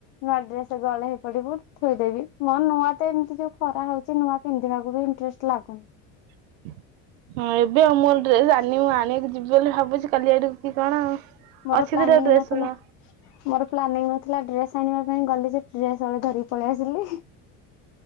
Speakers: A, on the left; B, on the right.
A: ନୂଆ ଡ୍ରେସ ଗଳେଇ ହେଇପଡ଼ିବୁ ଥୋଇଦେବି ମୋ ନୂଆ ତ ଏମିତି ଯୋଉ ଖରା ହଉଛି ନୂଆ ପିନ୍ଧିବାକୁ ବି ଇନ୍ତ୍ରେଷ୍ଟ ଲାଗୁନି।
B: <inaudible> ହଁ ଏବେ ଆଉ ମୋ ଡ୍ରେସ ଆଣିନି ଆଣିବାକୁ ଯିବି ବୋଲି ଭାବୁଛି କାଲି ଆଡକୁ କି କଣ।
A: ମୋର
B: ଅଛି
A: ପ୍ଲାନିଂ
B: ତାର ଡ୍ରେସ୍
A: ନଥିଲା
B: ଶୁଣ।
A: ମୋର ପ୍ଲାନିଂ ନଥିଲା ଡ୍ରେସ ଆଣିବା ପାଇଁ ଗଲି ଯେ ଡ୍ରେସ ହଳେ ଧରିକି ପଳେଇ ଆସିଲି।